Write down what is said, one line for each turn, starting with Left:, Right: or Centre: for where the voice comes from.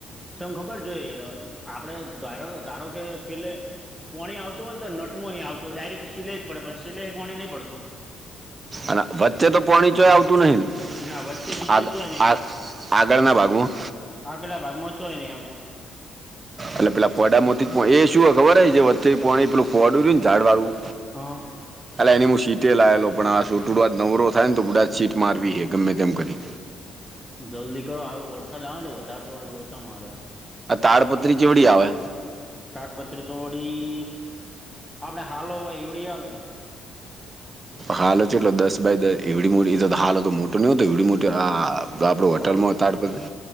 Centre: ચમ ખબર જોઈ આપડે ધારો ધારો કે પેલે પાણી આવતું હોયને તો નટ મોહીં આવતોય ડાયરેક્ટ સિલાઈ જ પડે પણ સિલાઈએ પાણી નહીં પડતું.
Right: અને વચ્ચે તો પોણી ચોય આવતું નહી
Centre: ના વચ્ચે બીજે
Right: આ
Centre: ચોય નહીં
Right: આગ
Centre: આવતું
Right: આગળના ભાગમાં.
Centre: આગલા ભાગમાં ચોય નહી આવતું.
Right: એટલે પેલા ફડામાંથી પણ એ શુંય ખબર હ જે વચ્ચે પણ એ પેલું ફોડું ઝાડ વાળું
Centre: હા
Right: આલા એની હું સીટે લાવેલો પણ આ છોટુ આજ નવરો થાય ને તો ગુડા આજ સીટ મારવી હ ગમે તેમ કરી.
Centre: જલ્દી કરો આરો વરસાદ આવે ને વધારે તો વા લોચા મારે
Right: આ તાડપત્રી ચેવડી આવે.
Centre: કાગપત્રી તો વળી આપડે હાલો હોય એવડી આવે.
Right: હાલો છે ચેટલો દસ બાય દસ એવડી મોટી એ તો હાલો તો મોટો નહ હોતો એવડી મોટી આ તો આપડું હોટલમા
Centre: પ
Right: તાડપત્રી